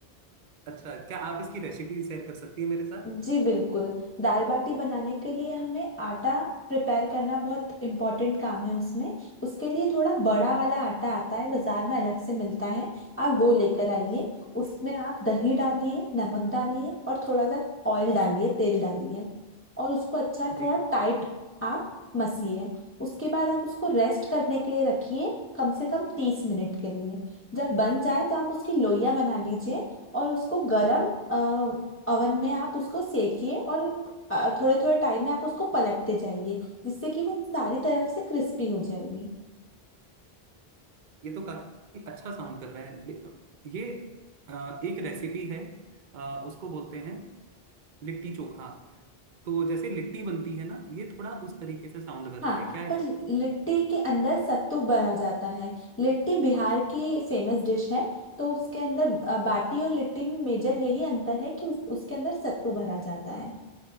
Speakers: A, on the right; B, on the left.
A: अच्छा क्या आप इसकी रेसिपी शेयर कर सकती है मेरे साथ
B: जी बिल्कुल दाल बाटी बनाने के लिए हमें आटा प्रिपेयर करना बहुत इम्पोर्टेंट काम है उसमें उसके लिए थोड़ा बड़ा वाला आटा आता है बाजार में अलग से मिलता है आप वो लेकर आइए उसमें आप दही डालिए नमक डालिए और थोड़ा सा ऑयल डालिए तेल डालिए और उसको अच्छा
A: जी
B: थोड़ा टाइट आप मसिए उसके बाद आप उसको रेस्ट करने के लिए रखिए कम से कम तीस मिनट के लिए जब बन जाए तो आप उसकी लोइयां बना लीजिए और उसको गरम ओवन में आप उसको सेकिए और थोड़े थोड़े टाइम में आप उसको पलटते जाइए जिससे कि वो सारी तरफ से क्रिस्पी हो जाएगी
A: ये तो काफ़ी अच्छा साउंड कर रहा है ले- ये अ, एक रेसिपी है अ, उसको बोलते हैं लिट्टी चोखा तो जैसे लिट्टी बनती है ना ये थोड़ा उस तरीके से साउंड कर
B: हाँ
A: रहा है क्या
B: पर लिट्टी के अंदर सत्तू भरा जाता है लिट्टी बिहार की फेमस डिश है तो उसके अंदर अ, बाटी और लिट्टी में मेजर यही अंतर है कि उस, उसके अंदर सत्तू भरा जाता है